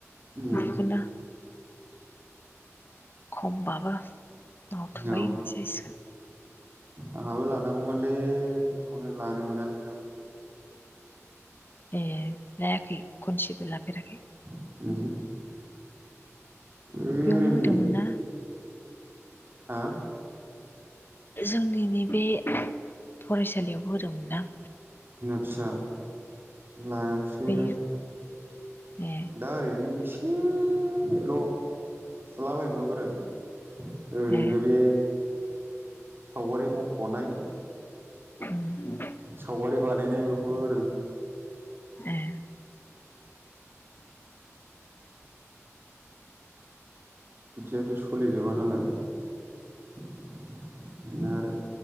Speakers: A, on the right (about 45°); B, on the left (about 45°).
A: उम
B: मोनोबोला खमब्लाबो मावथबाय
A: औ
B: होनैसै जासिगोन।
A: आंहाबो लानांगौमोनलै बेखौनो लानो मोनाखै दाबो
B: एह लायाखै खनसेबो लाफेराखै।
A: <unintelligible> उम
B: बेयावनो होदोंमोन
A: नै
B: ना
A: हा।
B: जोंनि नैबे फरायसालियाव बो होदोंमोन ना
A: आतसा। लायाखसै
B: बेयो ए
A: दा ओरैनो एसे ल थुलाबायायनोल' गोरों। दा ओरैनो
B: ए
A: बे सावगारि बखनाय
B: उम
A: सावगारि बानाय नाय बेखौल' गोरों।
B: ए
A: बिदियाथ' सलिजोबा नालाय बिदनो आरो